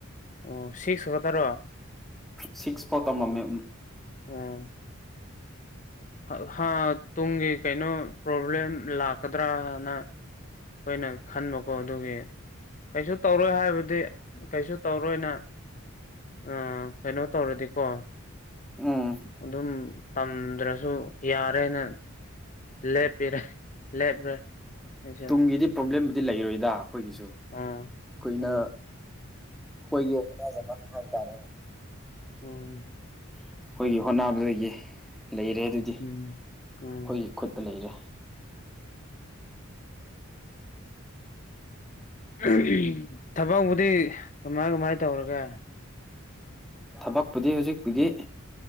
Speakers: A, on the left; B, in the centre.
A: ꯑꯣ ꯁꯤꯛꯁ ꯈꯛꯇꯔꯣ
B: ꯁꯤꯛꯁ ꯐꯥꯎ ꯇꯝꯃꯝꯃꯦ ꯎꯨꯝ
A: ꯎꯨꯝ ꯍ ꯍꯥ ꯇꯨꯡꯒꯤ ꯀꯩꯅꯣ ꯄ꯭ꯔꯣꯕ꯭ꯂꯦꯝ ꯂꯥꯛꯀꯗ꯭ꯔꯥꯅ ꯑꯩꯈꯣꯏꯅ ꯈꯟꯕꯀꯣ ꯑꯗꯨꯒꯤ ꯀꯩꯁꯨ ꯇꯧꯔꯣꯏ ꯍꯥꯏꯕꯗꯤ ꯀꯩꯁꯨ ꯇꯧꯔꯣꯏꯅ ꯑ ꯀꯩꯅꯣ ꯇꯧꯔꯗꯤꯀꯣ
B: ꯎꯝ
A: ꯑꯗꯨꯝ ꯇꯝꯗ꯭ꯔꯁ ꯁꯨ ꯌꯥꯔꯦꯅ ꯂꯦꯞꯄꯤꯔꯦ ꯂꯦꯞꯔꯦ ꯑꯩꯁꯨ
B: ꯇꯨꯡꯒꯤꯗꯤ ꯄ꯭ꯔꯣꯕ꯭ꯂꯦꯝꯕꯨꯗꯤ ꯂꯩꯔꯣꯏꯗ ꯑꯩꯈꯣꯏꯒꯤꯁꯨ
A: ꯑꯥ
B: ꯀꯨꯏꯅ
A: ꯎꯝ
B: ꯑꯩꯈꯣꯏꯒꯤ ꯍꯣꯠꯅꯖꯃꯟ ꯍꯥꯏꯕ ꯇꯥꯔꯦꯅꯦ
A: ꯎꯨꯝ
B: ꯑꯩꯈꯣꯏꯒꯤ ꯍꯣꯠꯅꯕꯗꯒꯤ ꯂꯩꯔꯦ ꯑꯗꯨꯗꯤ
A: ꯎꯝ
B: ꯑꯩꯈꯣꯏꯒꯤ
A: ꯎꯝ
B: ꯈꯨꯠꯇ ꯂꯩꯔꯦ
A: ꯑꯥ ꯑꯍꯨ ꯊꯕꯛꯕꯨꯗꯤ ꯀꯃꯥꯏ ꯀꯃꯥꯏ ꯇꯧꯔꯒꯦ
B: ꯊꯕꯛꯄꯨꯗꯤ ꯍꯧꯖꯤꯛꯄꯨꯗꯤ